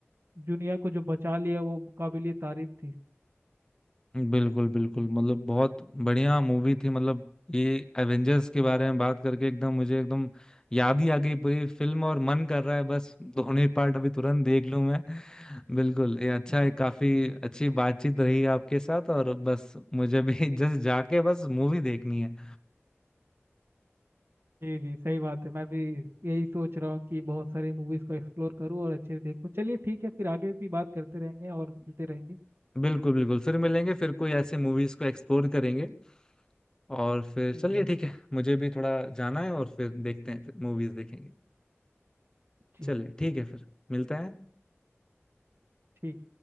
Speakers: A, on the right (about 55°); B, on the left (about 15°).
A: जुनिया को जो बचा लिया वो काबिलियत तारीफ थी
B: बिल्कुल बिल्कुल मतलब बहुत बढ़िया मूवी थी मतलब ये एवेंजर्स के बारे में बात करके एकदम मुझे एकदम याद ही आ गई पूरी फिल्म और मन कर रहा है बस दोनों पार्ट अभी तुरंत देख लूं मैं बिल्कुल ये अच्छा
A: <laughs>
B: है
A: जी
B: काफी
A: जी
B: अच्छी बातचीत रही आपके साथ और बस मुझे भी <laughs> जस्ट जाके बस मूवी देखनी है
A: जी जी सही बात है मैं भी यही सोच रहा हूँ कि बहुत सारी मूवीज को एक्सप्लोर करूँ और अच्छे से देखूँ चलिए ठीक है फिर आगे भी बात करते रहेंगे और मिलते रहेंगे
B: बिल्कुल बिल्कुल फिर मिलेंगे फिर कोई ऐसे मूवीज को एक्सप्लोर करेंगे और फिर
A: जी
B: चलिए ठीक है मुझे भी थोड़ा जाना है और फिर देखते हैं फिर मूवीज देखेंगे
A: जी
B: चलिए
A: जी
B: ठीक है फिर मिलते हैं
A: ठीक